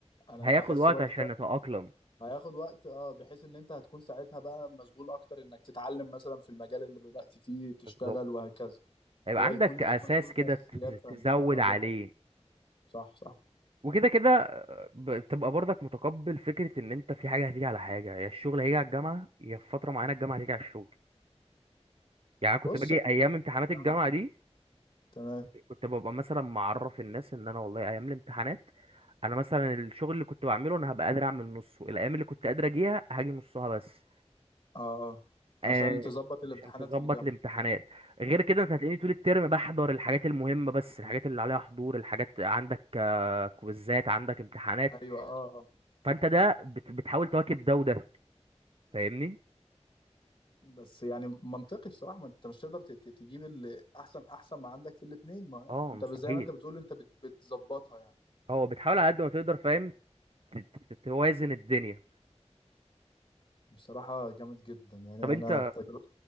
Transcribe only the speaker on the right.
هياخد
وقت
عشان
نتأقلم
بالظبط
هيبقى
عندك
أساس
كده ت-
تزود
عليه
وكده كده آه، ب- تبقى برضك متقبل فكرة ان انت في حاجة هتيجي على حاجة يا الشغل هيجي على الجامعة يا في فترة معينة الجامعة هتيجي على الشغل يعني أنا كنت
باجي ايام امتحانات
الجامعه دي
كنت ببقى مثلا معرف الناس ان انا والله ايام الامتحانات انا مثلا الشغل اللي كنت بعمله انا هبقى قادر اعمل نصه الايام اللي كنت قادر اجيها هاجي نصها بس
آه
عشان تظبط
الامتحانات غير كده انت هتلاقيني طول الترم بحضر الحاجات المهمه بس الحاجات اللي عليها حضور الحاجات عندك آه، كويزات عندك امتحانات
فانت ده بت- بتحاول تواكب ده وده فاهمني
اه
مستحيل
اه بتحاول على قد ما تقدر فاهم ت- ت- توازن الدنيا
طب انت